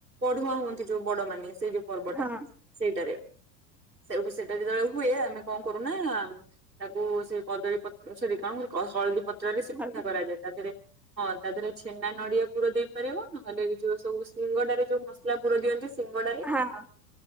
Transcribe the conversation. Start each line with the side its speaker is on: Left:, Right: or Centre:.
Right: ପଢୁଆ ହୁଅନ୍ତି ଯୋଉ ବଡ ମାନେ ସେଇ ଯୋଉ ପର୍ବଟା
Centre: ହଁ
Right: ସେଇଟାରେ ସେଇଠୁ ସେଇଟା ଯେତେବେଳେ ହୁଏ ଆମେ କଣ କରୁନା ତାକୁ ସେ କଦଳୀ ପତ୍ର ସେଠି କଣ ହଳଦୀ ପତ୍ର ରେ ଶିକ୍ଷା
Centre: ହଁ
Right: କରାଯାଏ ତାପରେ ହଁ ତା ଦେହରେ ଛେନା ନଡିଆ ପୁର ଦେଇପାରିବ ନହେଲେ ଏ ଯୋଉ ସବୁ ସିଙ୍ଗଟାରେ ଯୋଉ ମସଲା ପୁର ଦିଅନ୍ତି ସିଙ୍ଗଡାରେ
Centre: ହଁ